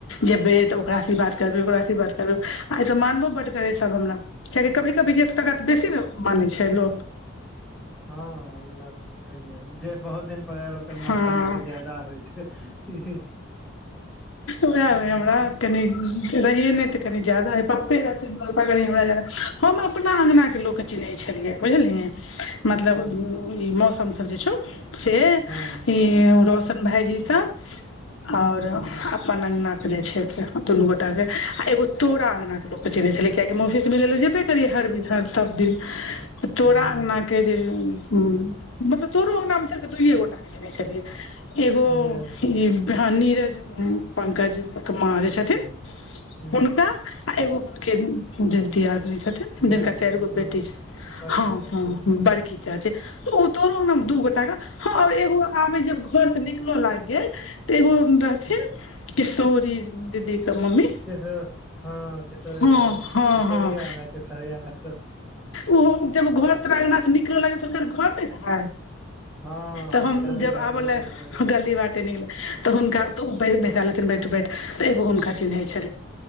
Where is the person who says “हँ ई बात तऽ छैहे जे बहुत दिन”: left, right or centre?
Centre